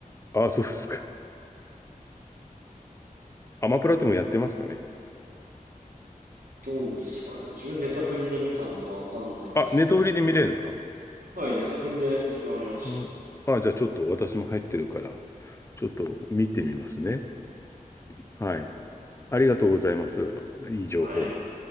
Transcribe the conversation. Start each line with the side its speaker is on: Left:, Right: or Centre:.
Left: あ、そうですか。アマプラでもやってますかね。
Right: どうですかね。自分ネタフリで見たんでわかんないですけど。
Left: あ、ネットフリで見れるんですか
Right: はい、ネタフリで自分は見ました。
Left: うん。あ、じゃあちょっと私も入ってるから、ちょっと見てみますね。はい。ありがとうございます。いい情報を。
Right: はい。